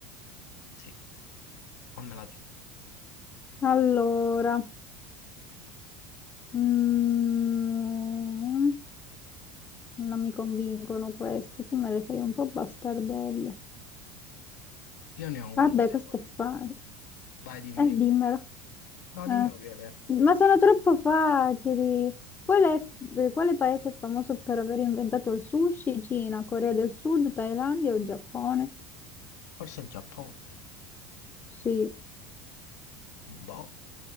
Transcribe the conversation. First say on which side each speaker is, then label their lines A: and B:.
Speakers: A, on the left (about 80°); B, on the left (about 20°).
A: Sì, fammela te.
B: Allora, mm, non mi convincono queste. Tu me le fai un po' bastardelle.
A: Io ne ho una.
B: Vabbè,
A: se
B: questo
A: vuoi.
B: è facile.
A: Vai, dimmi,
B: Eh,
A: dimmi.
B: dimmelo.
A: No,
B: Eh.
A: dimmela prima te.
B: Ma sono troppo facili. Qual è, eh, quale paese è famoso per aver inventato il sushi? Cina, Corea del Sud, Thailandia o Giappone?
A: Forse il Giappone.
B: Sì,
A: Boh.